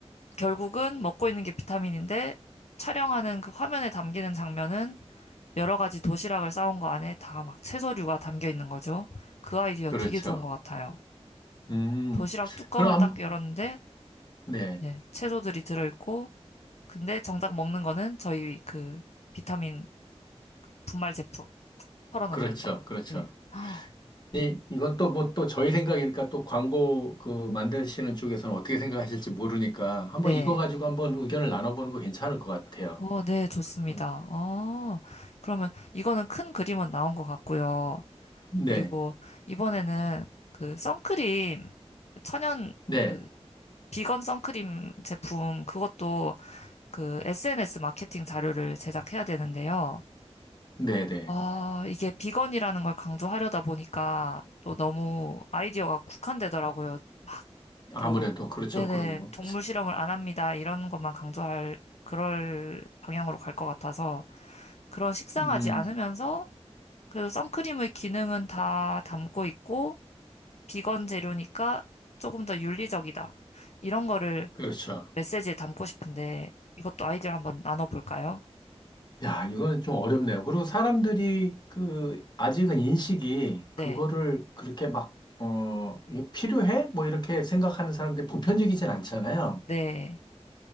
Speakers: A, on the left; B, on the left.
A: 결국은 먹고 있는 게 비타민인데 촬영하는 그 화면에 담기는 장면은 여러 가지 도시락을 싸온 거 안에 다 막 채소류가 담겨 있는 거죠. 그 아이디어
B: 그렇죠.
A: 되게 좋은 것 같아요.
B: 음,
A: 도시락 뚜껑을
B: 그럼
A: 딱
B: 한,
A: 열었는데,
B: 네.
A: 네, 채소들이 들어있고, 근데 정작 먹는 거는 저희 그 비타민 분말 제품 털어 넣는
B: 그렇죠.
A: 거.
B: 그렇죠.
A: 네. 아,
B: 이,
A: 어,
B: 이건 또 뭐 또 저희 생각이니까 또 광고 그 만드시는 쪽에서는 어떻게 생각하실지 모르니까 한번
A: 네.
B: 이거 가지고 한번 의견을 나눠보는 거 괜찮을 것 같아요.
A: 어, 네, 좋습니다.
B: 어,
A: 어, 그러면 이거는 큰 그림은 나온 것 같고요.
B: 네.
A: 그리고 이번에는 그 선크림, 그 천연
B: 네.
A: 그 비건 선크림 제품 그것도 그 SNS 마케팅 자료를 제작해야 되는데요.
B: 네. 네.
A: 아, 이게 비건이라는 걸 강조하려다 보니까 또 너무 아이디어가 국한되더라고요. 막
B: 아무래도
A: 또,
B: 그렇죠.
A: 네네,
B: 그리고
A: 동물 실험을 안 합니다. 이런 것만 강조할 그럴 방향으로 갈 것 같아서 그런 식상하지
B: 음,
A: 않으면서 그래도 선크림의 기능은 다 담고 있고 비건 재료니까 조금 더 윤리적이다. 이런 거를
B: 그렇죠.
A: 메시지에 담고 싶은데 이것도 아이디어 한번 나눠볼까요?
B: 야, 이건 좀 어렵네요. 그리고 사람들이 그 아직은 인식이 그거를
A: 네,
B: 그렇게 막 어, 이거 필요해? 뭐 이렇게 생각하는 사람들이 보편적이진 않잖아요.
A: 네,